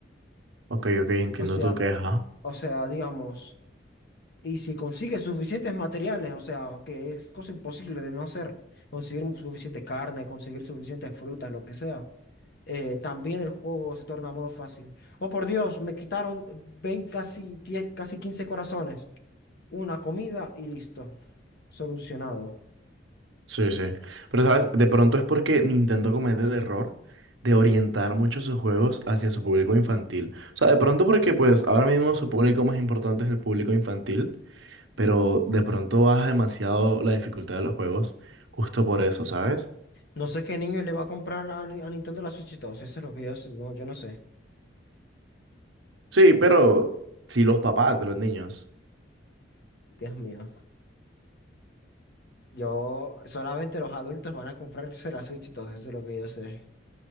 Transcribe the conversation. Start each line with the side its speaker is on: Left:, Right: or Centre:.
Right: Ok, ok, entiendo
Left: O sea,
Right: tu queja.
Left: o sea, digamos, y si consigues suficientes materiales, o sea, que es cosa imposible de no hacer, conseguir suficiente carne, conseguir suficientes frutas, lo que sea, eh, también el juego se torna modo fácil. Oh, por Dios, me quitaron vein- casi 10 casi 15 corazones, una comida y listo, solucionado.
Right: Sí, sí. Pero, ¿sabes? De pronto es porque Nintendo comete el error de orientar mucho sus juegos hacia su público infantil. O sea, de pronto porque, pues, ahora mismo su público más importante es el público infantil, pero de pronto baja demasiado la dificultad de los juegos justo por eso, ¿sabes?
Left: No sé qué niño le va a comprar a, Ni- a Nintendo la Switch 2, eso es lo que yo, s- no, yo no sé.
Right: Sí, pero sí los papás de los niños.
Left: Dios mío. Yo, solamente los adultos van a comprarse la Switch y todo eso es lo que yo sé.